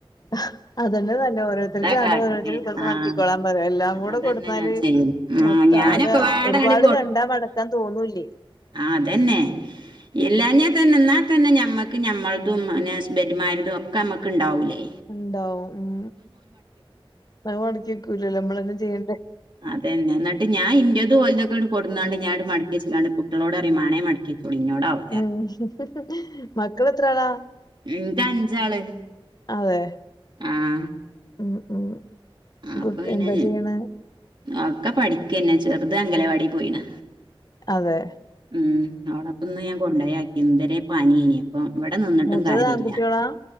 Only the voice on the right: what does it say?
കാട്ടല്
ആഹ്
അതന്നെ
ഞാൻ ചെയ്യല് ആഹ്
ഞാനൊക്കെ പാടങ്ങട്
ആ അതന്നെ. ഇല്ലഞ്ഞാ തന്നെ ഇന്നാ തന്നെ ഞമ്മൾക്ക് നമ്മളതും പിന്നെ ഹസ്ബെന്റെമാരതും ഒക്കെ അമ്മക്ക് ഇണ്ടാവുല്ലേ
അതെന്നെ ഇന്നട്ട് ഞാൻ ഇന്റെതും ഓലതുക്കെ കൊണ്ടന്നാണ്ട് ഞാൻ അങ്ങട് മടകിവെച്ചാണ്ട് കുട്ടോളോട് പറയും വേണം മടക്കിവെച്ചോളി എന്നോട് ആവൂല
ഇൻക്ക് അഞ്ചാള്
ആഹ്
അപ്പൊ
പിന്നെ
ഒക്കെ പഠിക്കന്നെ ചെറുത് അംഗലവാടി പോയിണ്
ഉം അവ്ളപ്പൊന്ന് ഞാൻ കൊണ്ട യാക്കി ഇതരെ പാനിയേനി പ്പൊ ഇവിടെ നിന്നിട്ടും
കാര്യല്ല